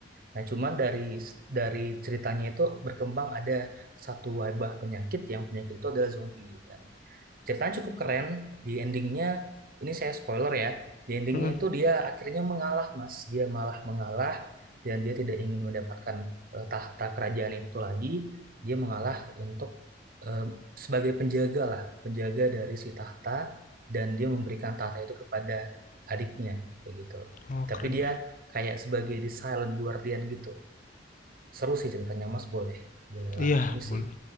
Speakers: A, on the right; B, on the left.
A: Nah, cuman dari dari ceritanya itu berkembang ada satu wabah penyakit yang penyakit itu adalah zombie dan ceritanya cukup keren. Di endingnya, ini saya spoiler ya. Di endingnya
B: mm-mm.
A: itu dia akhirnya mengalah, Mas. Dia malah mengalah dan dia tidak ingin mendapatkan eh, tahta kerajaan itu lagi. Dia mengalah untuk eh, sebagai penjaga lah, penjaga dari si tahta dan dia memberikan tahta itu kepada adiknya kayak gitu.
B: Oh,
A: Tapi
B: keren.
A: dia kayak sebagai the silent guardian gitu. Seru sih ceritanya, Mas. Boleh, boleh
B: Iya,
A: lah. Ini
B: mul-
A: sih